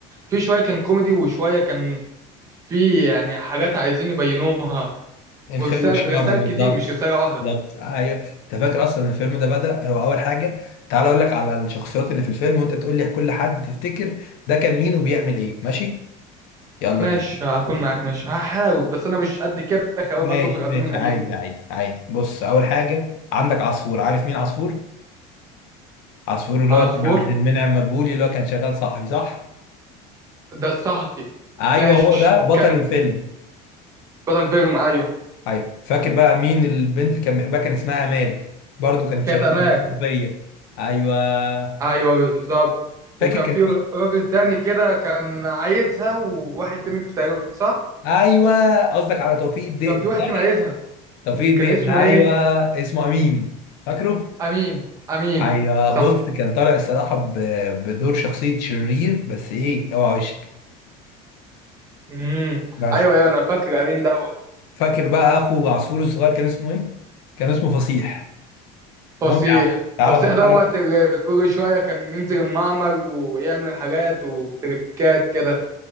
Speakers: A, on the right; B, on the left.
A: فيه شويه كان كوميدي وشويه كان فيه يعني حاجات عايزين يبينوها
B: الخير
A: ورسائل
B: والشر
A: رسائل
B: بالظبط
A: كتير مش رساله واحده
B: بالظبط ايوه انت فاكر اصلا الفيلم ده بدأ هو اول حاجه تعال اقول لك على الشخصيات اللي في الفيلم وانت تقول لي كل حد تفتكر ده كان مين وبيعمل ايه ماشي يلا
A: ماشي
B: بينا
A: هكون
B: بص،
A: معاك ماشي هحاول بس انا مش قد كده خبير
B: ماشي
A: برضه في الافلام
B: ماشي
A: القديمه
B: عادي عادي عادي بص اول حاجه عندك عصفور عارف مين عصفور عصفور اللي
A: عصفور
B: هو كان عبد المنعم مدبولي اللي هو كان شغال صحفي صح
A: ده الصحفي
B: ايوه
A: ماشي
B: هو ده بطل
A: كانت
B: الفيلم
A: بدك فيلم ايوه
B: ايوه فاكر بقى مين البنت اللي كان بيحبها كان اسمها امال برضو كانت
A: كانت
B: شغاله
A: امال
B: مع الصحفيه ايوه
A: ايوه بالظبط
B: فاكر
A: وكان
B: كان
A: في
B: في
A: راجل تاني كده كان عايزها وواحد تاني تقريبا صح
B: ايوه قصدك على توفيق الدقن
A: كان في واحد
B: صح؟
A: كان عايزها
B: توفيق الدقن
A: كان اسمه
B: ايوه
A: ايه
B: اسمه امين فاكره
A: امين امين
B: ايوه
A: صح
B: بص كان طالع الصراحه ب... بدور شخصيه شرير بس ايه اوعى وشك
A: امم
B: بس
A: ايوه ايوه انا فاكر امين دوت
B: فاكر بقى اخو عصفور الصغير كان اسمه ايه كان اسمه فصيح
A: فصيح
B: المهم يا عم، تعالى
A: فصيح
B: افكرك
A: دوت اللي كل شويه كان ينزل المعمل ويعمل حاجات وتركات كده